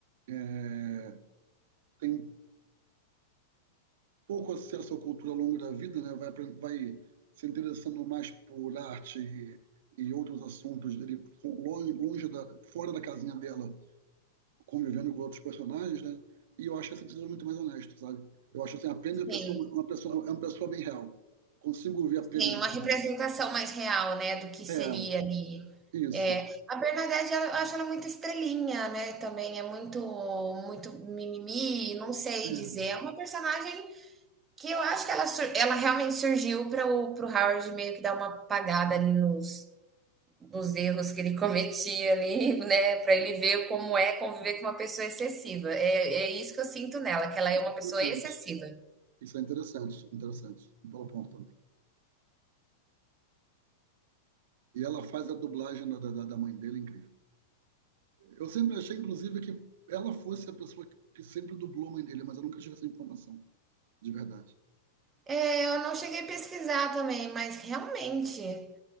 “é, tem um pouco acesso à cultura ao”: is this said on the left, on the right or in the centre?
Right